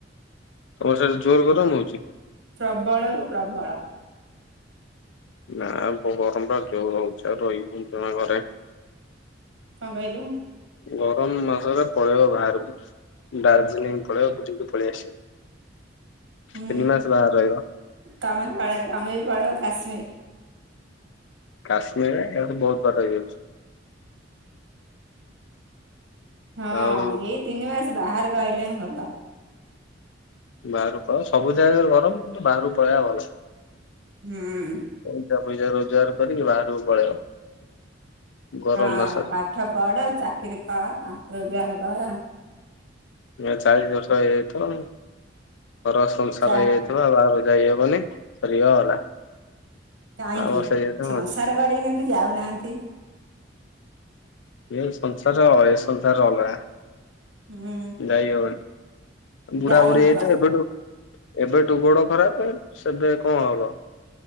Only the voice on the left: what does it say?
ହଁ ସାର ଜୋର ଗରମ ହଉଛି।
ନାଁ ଗରମଟା ଜୋର ହଉଚି ଆଉ ରଇ ହଉନି ଜମା ଘରେ।
ଗରମ ମାସରେ ପଳେଇବ ଭାଆରକୁ ଡାର୍ଜିଲିଂ ପଳେଇବା ବୁଲିକି ପଳେଇ ଆସିବ।
ତିନି ମାସ ବାହାରେ ରହିବ
କାଶ୍ମୀର ଏଇଠୁ ବହୁତ ବାଟ ହେଇଯାଉଛି।
ଆଉ
ବାହାରୁକୁ ପଳେଇବା ସବୁ ଜାଗାରେ ଗରମ କିନ୍ତୁ ବାହାରୁକୁ ପଳେଇବା ଭଲ।
ଟଙ୍କା ପଇସା ରୋଜଗାର କରିକି ବାହାରକୁ ପଳେଇବ ଗରମ
ମାସରେ।
ଏ ଚାଳିଶ ବର୍ଷ ହେଇଆଇଥିବ ଘର ସଂସାର
ହେଇଆଇ ଥିବ ବାହାରକୁ ଯାଇହବନି ସରିଗଲା।
ଆଉ ବର୍ଷା ହେଇଯାଇଥିବ।
ଏ ସଂସାର ଏ ସଂସାର ଅଲଗା
ଯାଇ ହବନି। ବୁଢା
ବୁଢି
ହେଇଯାଇଥିବେ ଏବେଠୁ ଏବେଠୁ ଗୋଡ ଖରାପ ସେବେ କଣ ହବ।